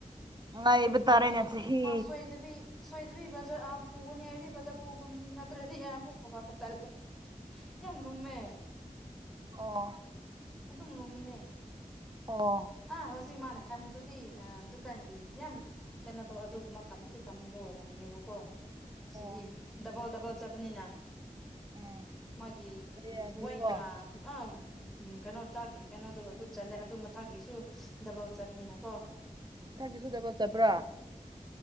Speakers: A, on the right; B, in the centre.
A: ꯉꯥꯏꯕ
B: ꯑꯩ ꯃꯥꯁ
A: ꯇꯥꯔꯦꯅꯦ ꯆꯍꯤ
B: ꯃꯥ ꯁꯣꯏꯗꯕꯤ ꯁꯣꯏꯗꯕꯤ ꯕꯖꯥꯔ ꯑꯥ ꯄꯨꯒꯅꯤ ꯍꯥꯏꯗꯤ ꯕꯖꯥꯔ ꯄꯨꯒꯨꯝꯗꯤ ꯅꯠꯇ꯭ꯔꯗꯤ ꯌꯥ ꯑꯃꯨꯛ ꯄꯨꯈꯠꯄ ꯇꯜꯂꯦ ꯌꯥꯝ ꯂꯨꯝꯃꯦ
A: ꯑꯣ
B: ꯑꯗꯨꯝ ꯂꯨꯝꯃꯅꯦ
A: ꯑꯣ
B: ꯑꯥ ꯍꯧꯖꯤꯛ ꯃꯥꯅ ꯈꯕꯗꯨꯗꯤ ꯑꯥ ꯗꯨꯀꯥꯟꯒꯤ ꯌꯥꯝ ꯑꯩꯠ ꯀꯩꯅꯣ ꯇꯧꯕ ꯑꯗꯨꯒꯨꯝꯕ ꯈꯟꯕꯗꯤ ꯈꯟꯕ ꯑꯣꯏꯔꯝꯒꯅꯦꯕꯀꯣ ꯑꯁꯤꯗꯤ
A: ꯑꯣ
B: ꯗꯕꯜ ꯗꯕꯜ ꯆꯠꯄꯅꯤꯅ
A: ꯑꯣ
B: ꯃꯥꯒꯤ
A: ꯂꯩꯔꯗꯤꯀꯣ
B: ꯎꯝ ꯋꯥꯏꯠꯒꯥꯝ ꯑꯥ ꯎꯝ ꯀꯩꯅꯣ ꯗ꯭ꯥꯔꯛꯀꯤ ꯀꯩꯅꯣꯗꯨ ꯑꯗꯨ ꯆꯜꯂꯦ ꯑꯗꯨ ꯃꯊꯛꯀꯤꯁꯨ ꯗꯕꯜ ꯆꯠꯄꯅꯤꯅꯀꯣ
A: ꯊꯛꯀꯤꯁꯨ ꯗꯕꯜ ꯆꯠꯄ꯭ꯔꯥ